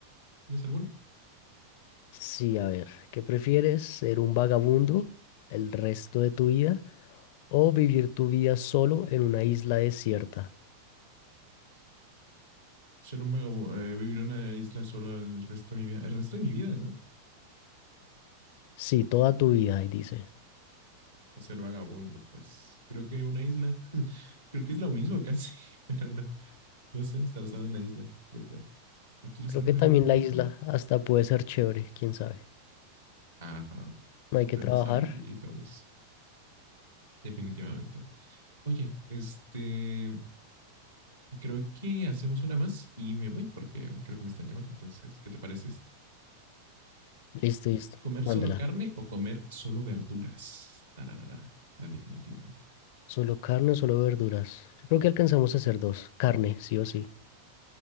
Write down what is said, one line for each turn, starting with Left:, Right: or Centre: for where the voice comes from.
Right: ¿Tienes alguna?
Left: Sí, a ver, ¿qué prefieres? ¿Ser un vagabundo el resto de tu vida o vivir tu vida solo en una isla desierta?
Right: Ser un vagabundo, eh, vivir en una isla solo el resto de mi vida. El resto de mi vida, ¿no?
Left: Sí, toda tu vida, ahí dice.
Right: O ser vagabundo, pues creo que una isla, <laughs> creo que es lo mismo casi, <laughs> pero no, no sé, estar solo en una isla, yo creo. No quiero
Left: Creo
Right: ser
Left: que
Right: vagabundo,
Left: también la
Right: no.
Left: isla
Right: no.
Left: hasta puede ser chévere, quién sabe.
Right: Ajá,
Left: No hay
Right: aprendes
Left: que trabajar.
Right: a vivir y todo eso, definitivamente. Oye, este, creo que hacemos una más y me voy porque creo que me están llamando, entonces, ¿qué te parece esta?
Left: Listo, listo.
Right: ¿Comer
Left: Mándala.
Right: solo carne o comer solo verduras? Tararara, la definitiva.
Left: Solo carne o solo verduras. Yo creo que alcanzamos a hacer dos. Carne, sí o sí.